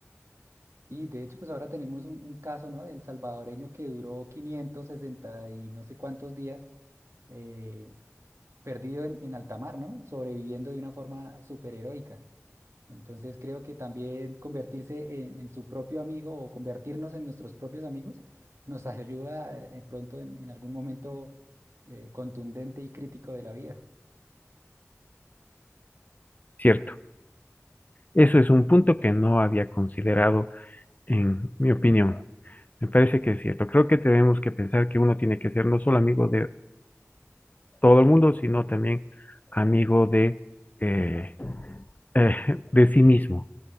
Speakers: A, on the right (about 65°); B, on the left (about 35°).
A: Y de hecho, pues ahora tenemos un, un caso, ¿no? Del salvadoreño que duró 560 y no sé cuántos días eh, perdido en, en alta mar, ¿no? Sobreviviendo de una forma superheroica. Entonces creo que también convertirse en, en su propio amigo o convertirnos en nuestros propios amigos nos <laughs> ayuda eh, pronto en, en algún momento eh, contundente y crítico de la vida.
B: Cierto. Eso es un punto que no había considerado en mi opinión. Me parece que es cierto. Creo que tenemos que pensar que uno tiene que ser no solo amigo de todo el mundo, sino también amigo de, eh, eh, <laughs> de sí mismo.